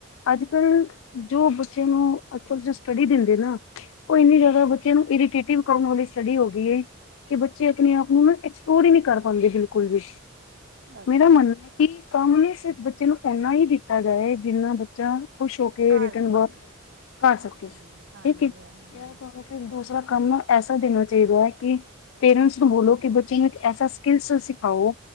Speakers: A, on the left; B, on the right.
A: ਅੱਜ-ਕੱਲ ਜੋ ਬੱਚੇ ਨੂੰ ਅੱਜ-ਕੱਲ ਜੋ ਸਟੱਡੀ ਦਿੰਦੇ ਨਾ ਓ ਇੰਨੀ ਜੈਦਾ ਬੱਚਿਆਂ ਨੂੰ ਇਰੀਟੇਟਿਵ ਕੰਮ ਵਾਲੀ ਸੀ। ਸ਼ਡੀ ਹੋ ਗਈ ਏ ਕਿ ਬੱਚੇ ਆਪਣੇ ਆਪ ਨੂੰ ਨਾ ਐਕਸਪਲੋਰ ਈ ਨੲ ਕਰ ਪਾਂਦੇ ਬਿਲਕੁਲ ਵੀ।
B: ਅੱਛਾ
A: ਮੇਰਾ ਮੰਨਣਾ ਐ। ਕਿ ਕੰਮ ਹੀ ਬੱਚੇ ਨੂੰ ਇਨਾ ਹੀ ਦਿੱਤਾ ਜਾਏ ਜਿਹੜਾ ਬੱਚਾ ਖੁਸ਼ ਹੋ ਕੇ
B: ਘਰ
A: ਰਿਟਰਨ
B: ਪਾਏ
A: ਵ ਕਰ ਸਕੇ
B: ਹਾਂਜੀ ਹਾਂਜੀ
A: <unintelligible> ਫਿਰ
B: ਹਾਂਜੀ
A: ਦੂਸਰਾ ਕੰਮ ਐਸਾ ਚਾਹੀਦਾ ਕਿ ਪੇਰੈਂਟਸ ਨੂੰ ਬੋਲੋ ਕਿ ਬੱਚੇ ਨੂੰ ਇੱਕ ਐਸਾ ਸਕਿਲਸ ਸਿਖਾਓ